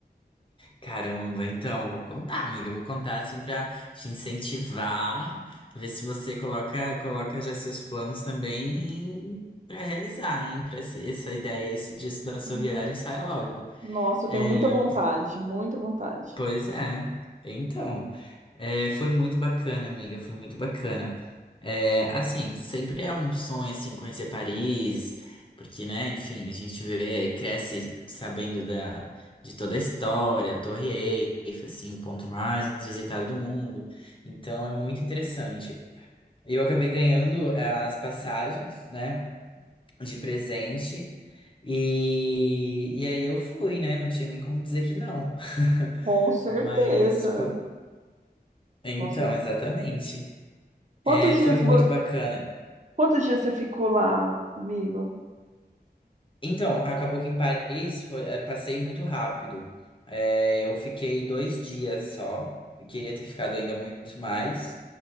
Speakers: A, on the left; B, on the right.
A: Caramba, então, vou contar, amiga, vou contar assim pra te incentivar, ver se você coloca, coloca já seus planos também pra realizar, hein? Pra essa, essa ideia isso, disso da sua
B: Hum,
A: viagem saia logo.
B: Nossa, eu
A: É,
B: tenho muita vontade, muita vontade.
A: Pois é. Então, é, foi muito bacana, amiga, foi muito bacana. É, assim, sempre é um sonho, assim, conhecer Paris, porque, né, enfim, a gente vê, cresce sabendo da, de toda a história, a Torre Eiffel, assim, o ponto mais visitado do mundo. Então, é muito interessante. Eu acabei ganhando eh, as passagens, né? de presente. E, e aí eu fui, né? Não tinha nem como dizer que não. <laughs>
B: Com certeza,
A: Mas foi. Então,
B: com cer-
A: exatamente.
B: Quantos
A: É,
B: dias
A: foi muito
B: vo-
A: bacana.
B: quantos dias você ficou lá, amigo?
A: Então, acabou que em Paris foi, eh, passei muito rápido. Eh, eu fiquei dois dias só. Eu queria ter ficado ainda muito mais,